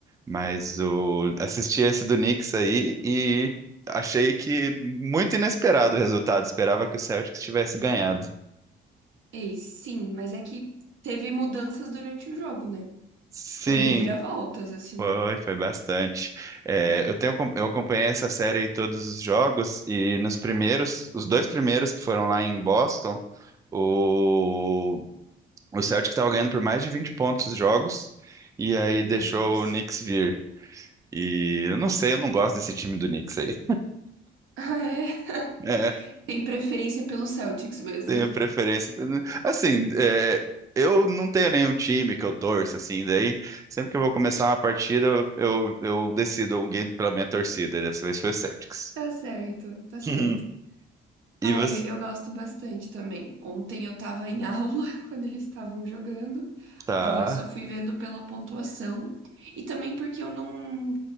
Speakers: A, on the right; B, on the right.
A: Mas o... assisti esse do Knicks aí e achei que muito inesperado o resultado. Esperava que o Celtics tivesse ganhado.
B: Ei, sim, mas é que teve mudanças durante o jogo, né?
A: Sim,
B: Foi reviravoltas, assim.
A: foi, foi bastante. É, eu tenho, eu acompanhei essa série e todos os jogos e nos primeiros, os dois primeiros que foram lá em Boston, o, o Celtics estava ganhando por mais de 20 pontos os jogos e aí
B: Meu
A: deixou
B: Deus.
A: o Knicks vir. E eu não sei, eu não gosto desse time do Knicks aí.
B: Ah, é?
A: É,
B: <laughs> Tem preferência pelo Celtics mesmo.
A: Tenho preferência. Assim, é, eu não tenho nenhum time que eu torço, assim, daí sempre que eu vou começar uma partida, eu, eu, eu decido alguém pela minha torcida, e dessa vez foi o Celtics.
B: Tá certo, tá certo.
A: <laughs> E
B: Ah,
A: você?
B: eu, eu gosto bastante também. Ontem eu tava em <laughs> aula quando eles estavam jogando,
A: Tá.
B: aí eu só fui vendo pela pontuação e também porque eu não